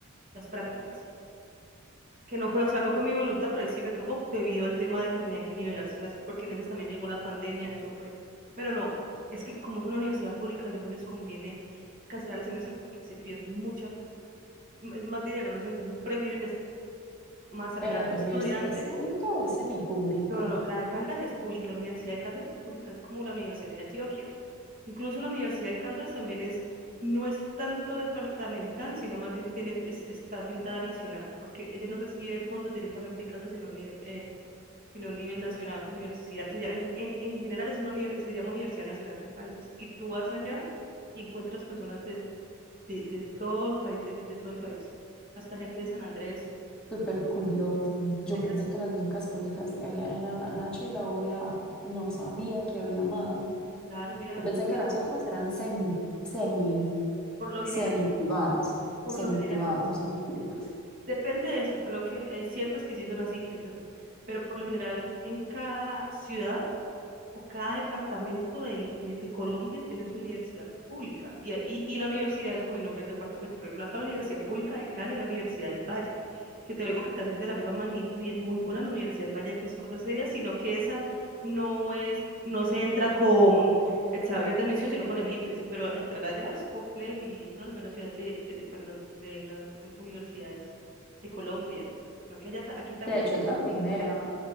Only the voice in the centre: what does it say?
¿Pero
tu
universidad es pública o es semipública?
Súper curioso. Yo
pensé
que las únicas públicas que habían eran la Nacho y la UDA. No sabía que había más.
Yo pensé que las otras eran semi, semi,
semi privadas,
semi
privadas o semi públicas.
De hecho, es la primera